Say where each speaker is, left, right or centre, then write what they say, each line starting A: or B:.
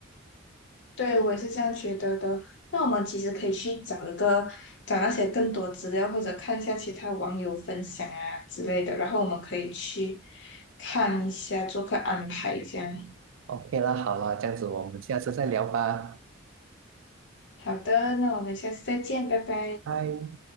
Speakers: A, on the left; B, on the right.
A: 对，我也是这样觉得的。那我们其实可以去找一个，找那些更多资料，或者看一下其他网友分享啊之类的，然后我们可以去看一下，做个安排这样。
B: OK 了，好了，这样子我们下次再聊吧。
A: 好的，那我们下次再见，拜拜。
B: 嗨，